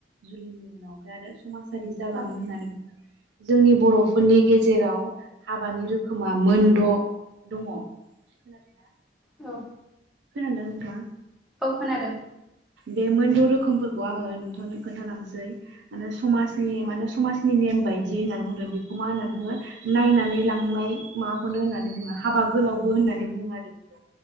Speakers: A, on the right (about 75°); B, in the centre.
A: जुलिनि उनाव आमफ्राय आरो समाजारि जालाङो
B: औ
A: होननानै बुं जोंनि बर'फोरनि गेजेराव हाबानि रोखोमा मोनद' दङ खोनादों ना
B: औ
A: खोनादों ना नोंथां
B: औ खोनादों
A: बे मोनद' रोखोमफोरखौ आङो नोंथांनो खोन्थालांनोसै आरो समाजनि माने समाजनि नेम बायदि होननानै बुंदों बेखौ होननानै बुङो नायनानै लांनाय माबाखौनो होननानै बुङो हाबा गोलाव बो होननानै बुङो आरो बेखौ